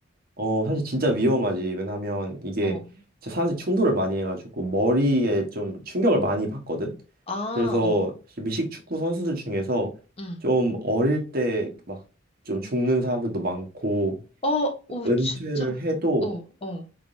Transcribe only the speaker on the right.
어, 사실 진짜 위험하지. 왜냐하면 이게
진짜 사람들이 충돌을 많이 해가지고 머리에 좀 충격을 많이 받거든.
그래서
사실 미식 축구 선수들 중에서
좀 어릴 때 막 좀 죽는 사람들도 많고
은퇴를
해도